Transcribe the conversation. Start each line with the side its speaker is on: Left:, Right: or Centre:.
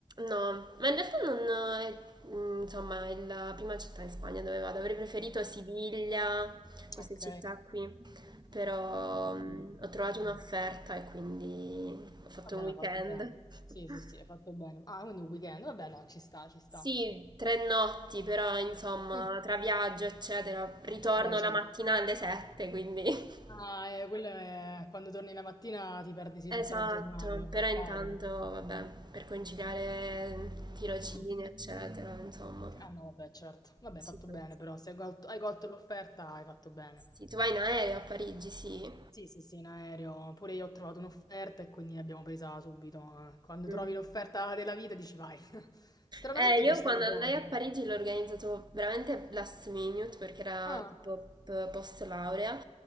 Right: no, ma in realtà non è, mm, insomma, è la prima città in Spagna dove vado. Avrei preferito Siviglia, queste
Left: ok.
Right: città qui. Però
Left: Un po'
Right: mm,
Left: più-
Right: ho trovato un'offerta
Left: mm,
Right: e quindi ho fatto
Left: Va bene,
Right: un weekend.
Left: hai fatto bene. Sì,
Right: <laughs>
Left: sì, sì, hai fatto bene. Ah, quindi un weekend. Vabbè, no, ci sta, ci sta.
Right: Sì, tre notti, però insomma,
Left: Mm,
Right: tra viaggio, eccetera, ritorno
Left: Vabbè, certo.
Right: la mattina alle 7, quindi... <laughs>
Left: Ah, eh, quello è quando torni la mattina ti perdi sì
Right: Esatto,
Left: tutta la giornata,
Right: però
Left: peccato.
Right: intanto, vabbè, per conciliare tirocini,
Left: Mm.
Right: eccetera, insomma,
Left: Ah no, vabbè, certo. Vabbè,
Right: si
Left: hai fatto
Right: fa.
Left: bene però, se hai colto, hai colto l'offerta hai fatto bene.
Right: Sì, tu vai in aereo a Parigi, sì.
Left: Sì, sì, sì, in aereo. Pure io ho trovato un'offerta e quindi l'abbiamo presa subito. eh. Quando
Right: Mhm.
Left: trovi l'offerta della vita dici vai. <laughs> Stranamente
Right: Eh, io
Left: costava
Right: quando
Left: poco.
Right: andai a Parigi l'ho organizzato veramente last minute perché era
Left: Ah,
Right: tipo p- post laurea,